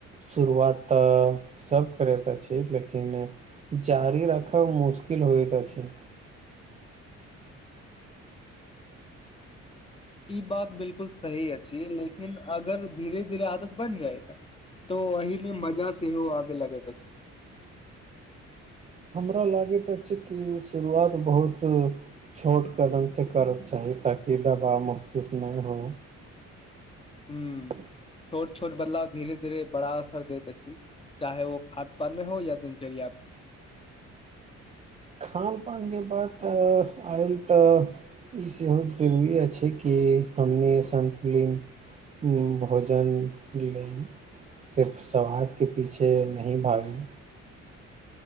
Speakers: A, on the right (about 25°); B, on the left (about 20°).
A: शुरुआत तऽ सभ करैतऽ अ छी लेकिन जारी रखब मुश्किल होइत अछि
B: ई बात बिलकुल सही अछि लेकिन अगर धीरे धीरे आदत बन जाएगा तो ओही मे मजा सेहो आबे लगैत अछि
A: हमरा लागैत अछि कि शुरुआत बहुत छोट कदम से करक चाही ताकि दबाव महसूस नैय हो <inaudible>
B: हूँ छोट छोट बदलाव धीरे धीरे बड़ा असर दे त अ छी चाहे व खाद्य पान में हो या दिनचर्या मे
A: खान पान के बातऽआयल तऽ ई सेहो जरुरी अछि कि हमनी समतुलिंग उम भोजन लय सिर्फ समाजके पीछे नहि भागी